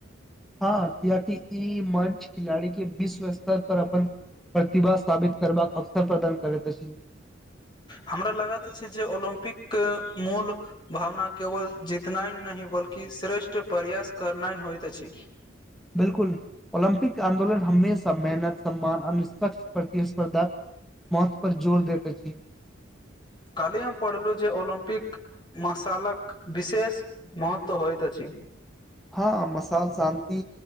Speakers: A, in the centre; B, on the left (about 20°).
A: हँ कियाकि ई मंच खिलाड़ी के विश्व स्तर पर अपन प्रतिभा साबित करबाक अवसर प्रदान करैत अछि
B: हमरा लागत अछि जे ओलम्पिक के मूल भावना केवल जीतनाइन नहि बल्कि श्रेष्ठ प्रयास करनाइ होइत अछि
A: बिल्कुल ओलम्पिक आंन्दोलन हमेशा मेहनत सम्मान आ निष्पक्ष प्रतिस्पर्धा महत्व पर जोर देैत अछि
B: काल्हि हम पढ़लुं जे ओलिम्पिक मशालक विशेष महत्व होइत अछि
A: हँ मसाल शान्ति